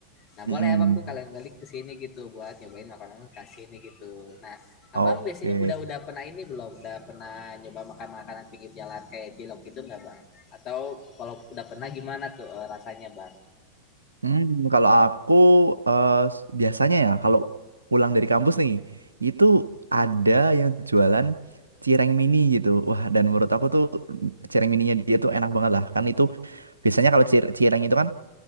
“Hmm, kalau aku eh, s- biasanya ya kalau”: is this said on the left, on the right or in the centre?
Right